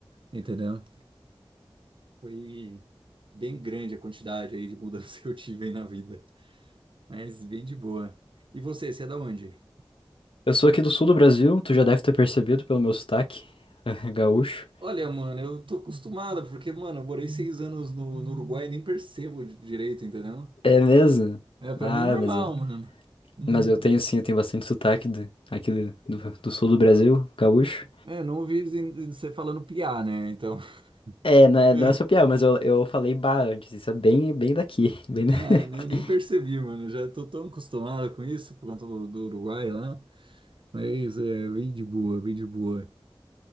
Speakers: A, on the right; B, on the left.
A: entendeu? Foi bem grande a quantidade aí de mudanças <laughs> que eu tive aí na vida. Mas bem de boa. E você, você é da onde?
B: Eu sou aqui do sul do Brasil, tu já deve ter percebido pelo meu sotaque <laughs> gaúcho.
A: Olha, mano, eu tô acostumado, porque, mano, eu morei seis anos no, no Uruguai e nem percebo di- direito, entendeu?
B: É mesmo?
A: É, pra
B: Ah,
A: mim é normal,
B: mas, eu-
A: mano. Uhum.
B: mas eu tenho sim, eu tenho bastante sotaque do- aqui do, do- do sul do Brasil, gaúcho.
A: É, é, não ouvi zen- você falando piá, né? Então,
B: É, não
A: <laughs>
B: é,
A: é,
B: não é só piada, mas eu, eu falei bah antes, isso é bem, bem daqui. Bem...
A: ah,
B: da- <laughs>
A: eu nem percebi, mano. Já tô tão acostumado com isso por conta do, do Uruguai lá. Mas é bem de boa, bem de boa.